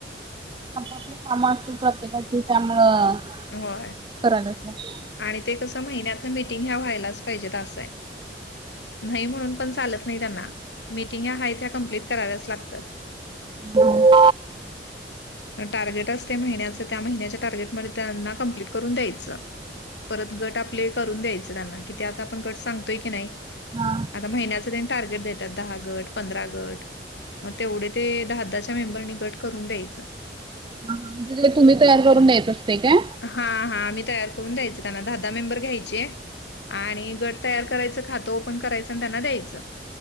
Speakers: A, on the right; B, on the left.
A: आपपली काम असतात प्रत्येकाची त्यामुळं
B: होय
A: करायलाच लागते.
B: आणि ते कसं महिन्यातन मिटिंग ह्या व्हायलाच पाहिजेत असंय. नाही म्हणून पण चालत नाही त्यांना मिटिंग ह्या आहेत त्या कमप्लिट कराव्याच लागतात.
A: हा.
B: टार्गेट असते महिन्याचं त्या महिन्याच्या टार्गेट म त्यांना कम्प्लीट करून द्यायचं. परत गट आपले करून द्यायच त्यांना कि ते आता आपण गट सांगतोय की नाही.
A: हा
B: आता महिन्याच त्यांनी टार्गेट देतात दहा गट पंधरा गट मग तेवढे ते दहा दहाच्या मेंबरनी गट करून द्यायचं.
A: हा म्हणजे ते तुम्ही तयार करून द्यायचं असतय काय.
B: हा हा मी तयार करून द्यायच त्यांना दहा दहा मेंबर घ्यायचे आणि गट तयार करायचं खातं ओपन करायचं आणि त्यांना द्यायचं.